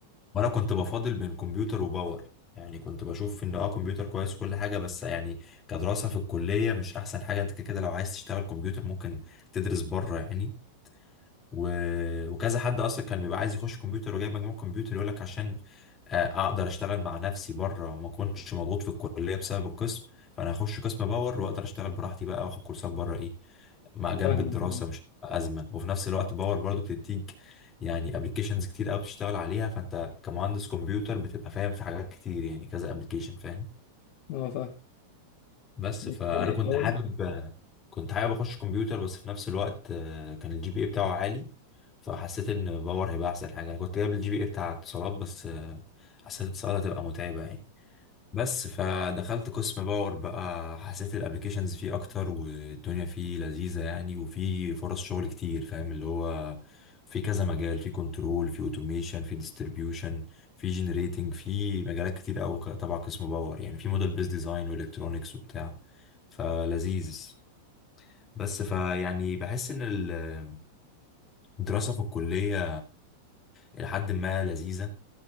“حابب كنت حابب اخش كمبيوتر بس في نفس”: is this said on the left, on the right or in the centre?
Left